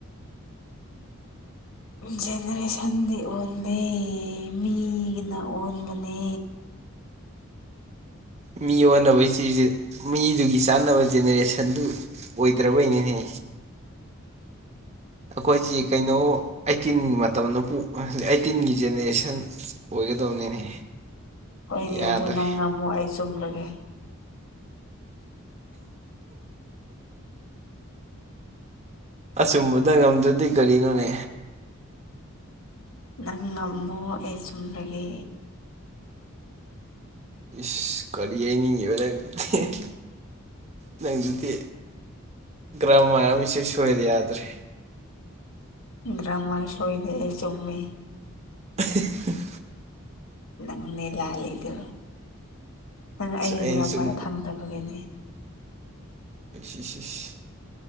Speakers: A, on the left (about 70°); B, on the right (about 30°).
A: ꯖꯦꯅꯔꯦꯁꯟꯗꯤ ꯑꯣꯟꯗꯦ ꯃꯤꯒꯤꯅ ꯑꯣꯟꯕꯅꯦ
B: ꯃꯤ ꯑꯣꯟꯅꯕꯁꯤꯖꯤ ꯃꯤꯗꯨꯒꯤ ꯆꯥꯟꯅꯕ ꯖꯦꯅꯦꯔꯦꯁꯟꯗꯨ ꯑꯣꯏꯗ꯭ꯔꯕꯩꯅꯤꯅꯦ ꯑꯈꯣꯏꯖꯤ ꯀꯩꯅꯣ ꯑꯩꯠꯇꯤꯟꯒꯤ ꯃꯇꯝꯗꯨꯄꯨ ꯑꯩꯠꯇꯤꯟꯒꯤ ꯖꯦꯅꯦꯔꯦꯁꯟ ꯑꯣꯏꯒꯗꯧꯅꯤꯅꯦ
A: ꯍꯣꯏꯅꯦ
B: ꯌꯥꯗ꯭ꯔꯦ
A: ꯑꯗꯨ ꯅꯪ ꯉꯝꯃꯣ ꯑꯩ ꯆꯨꯝꯂꯒꯦ
B: ꯑꯆꯨꯝꯕꯗ ꯉꯝꯗ꯭ꯔꯗꯤ ꯀꯔꯤꯅꯣꯅꯦ
A: ꯅꯣ ꯉꯝꯃꯣ ꯑꯩ ꯆꯨꯝꯂꯒꯦ
B: ꯏꯁ ꯀꯔꯤ ꯍꯥꯏꯅꯤꯡꯉꯤꯕ ꯅꯪꯗꯨꯗꯤ ꯅꯪꯗꯨꯗꯤ ꯒ꯭ꯔꯃꯥꯔ ꯑꯃ ꯢꯁꯣꯢ ꯁꯣꯏꯔꯦ ꯌꯥꯗ꯭ꯔꯦ
A: ꯒ꯭ꯔꯃꯥꯔ ꯁꯣꯏꯗꯦꯍꯦ ꯆꯨꯝꯃꯦ
B: <unintelligible>
A: ꯅꯪꯅꯦ ꯂꯥꯜꯂꯤꯗꯣ ꯅꯪ ꯑꯩꯒ
B: ꯑꯩꯅ ꯁꯨꯝ
A: ꯃꯔ ꯊꯪꯗꯕꯒꯤꯅꯦ
B: ꯏꯁ ꯏꯁ ꯏꯁ